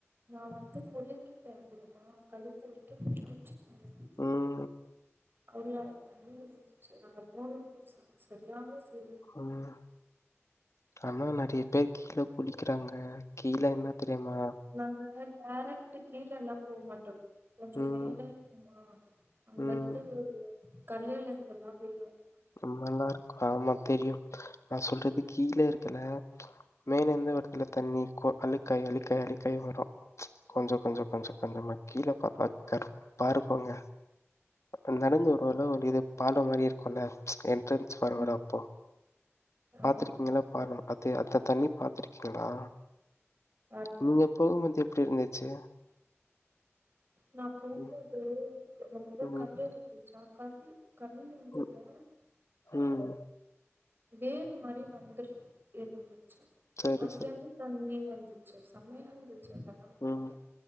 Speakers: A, on the right; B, on the left.
A: நா வந்து முழுங்கி ட்ட தெரிமா கழுத்து வரைக்கு முழுங்கிட்சி <unintelligible>
B: ம்
A: அவள தண்ணி இருந்துச்சி நாங்க போனது ச சரியான செரு
B: ம் ஆனா நெறைய பேரு கீழ குளி க்கிறாங்க கீழ என்ன தெரிமா
A: நாங்க டேரக்ட் கீழல்லா போ மாட்டோ கொஞ்சோ
B: ம்
A: மேல இருக்குமா அங்க
B: ம்
A: இர்ந்து கல்லேலந்துல்லா பெய்யு
B: ம் நல்லா இருக்கு ஆமா தெரியு நா சொல்றது கீழ இருக்குல மேல இருந்து வருதுல்ல தண்ணி அழுக்காய் அழுக்காய் அழுக்காயி வரு கொஞ்சோ கொஞ்ச கொஞ்ச கொஞ்சமா கீழ <unintelligible> பா இருக்குங்க நா நடந்து வருவல்ல <unintelligible> ஒரு பாலம் மாரி இருக்குல்ல என்ட்ரன் ல
A: ம்
B: வரப்போ
A: ஆமா
B: பாத்துருக்கீங்களா
A: ஆமா
B: பாருங்க பாத்தி அந்த தண்ணி பாத்துருக்கீங்களா
A: ராத்திரிக்கு
B: நீங்க போம்போது எப்டி இருந்துச்சு
A: நா போம்போது
B: ம்,
A: ரொம்ப
B: ம்,
A: கல்லு இருந்துச்சா கல்லு கல்லுல இருந்துல்ல
B: ம்,
A: ஆ
B: ம்.
A: வேர் மாரி வந்துரு இருந்துச்சு
B: சரி,
A: அதுல
B: சரி.
A: இருந்து தண்ணி வந்துச்சு செமயா இருந்து ச்சு அதெல்லா பாக்க
B: ம்.